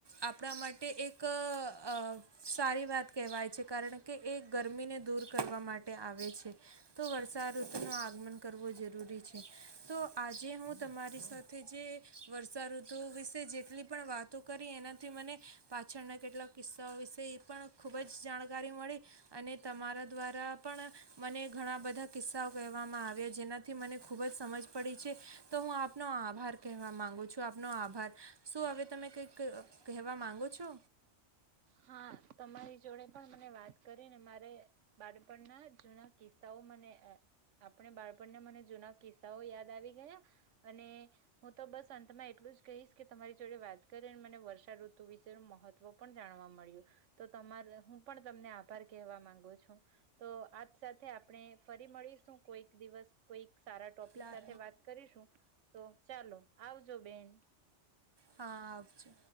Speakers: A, on the right; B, on the right.
A: આપણા માટે એક ક અ સારી વાત કહેવાય છે કારણ કે એ ગરમીને દૂર કરવા માટે આવે છે. તો વર્ષા ઋતુનું આગમન કરવું જરૂરી છે તો આજે હું તમારી સાથે જે વર્ષાઋતુ વિશે જેટલી પણ વાતો કરી એનાથી મને પાછ પાછળના કેટલાક કિસ્સાઓ વિશે એ પણ ખૂબ જ જાણકારી મળે, અને તમારા દ્વારા પણ મને ઘણા બધા કિસ્સાઓ કહેવામાં આવ્યા, જેનાથી મને ખૂબ જ સમજ પડી છે. તો હું આપનો આભાર કહેવા માગું છું. આપનો આભાર. શું હવે તમે કંઈક કહેવા માગો છો?
B: હા તમારી જોડે પણ મને વાત કરી ને મારે બાળપણના જૂના કિસ્સાઓ મને અહ આપણે બાળપણના મને જૂના કિસ્સાઓ યાદ આવી ગયા, અને હું તો બસ અંતમાં એટલું જ કહીશ કે તમારી જોડે વાત કરીને મને વર્ષા ઋતુ વિશેનું મહત ત્વ પણ જાણવા મળ્યું. તો તમાર હું પણ તમને આભાર કહેવા માંગુ છું, તો આ જ સાથે આપ પણે ફરી મળીશું કોઈક દિવસ, કોઈ સારા ટોપિક
A: હા
B: સાથે વાત કરીશું. તો ચાલો આવજો બેન.
A: હા આવજે